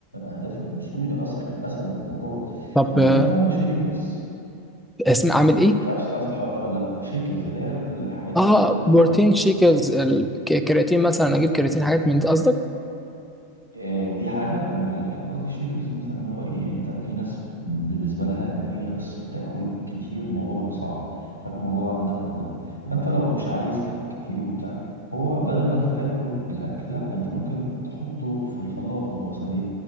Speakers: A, on the right; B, in the centre.
A: اهدافك بسهوله اسهل اسهل الموضوع
B: طب
A: وكمان
B: آه،
A: تعمل شيكرز
B: اسم اعمل ايه
A: مش عارف سمعت الحوار ده ولا لا شيكرز اللي هي الحاجات
B: اه
A: بقى اللي-
B: بروتين
A: يعني مثلا
B: شيكرز الكرياتين مثلا اجيب كرياتين حاجات من دي قصدك
A: آه، دي حاجة ولكن قصدي شيكرز مثلا اللي هو ايه انت في ناس بالنسبة لها ان هي أص- تاكل كتير الموضوع بيبقى صعب مش عارف الموضوع ده عندك ولا لا فانت لو مش عايز تاكل كتير وبتاع هو بدل ما انت تاكل الاكل لا انت ممكن تحطه في الخلاط لو مثلا ايه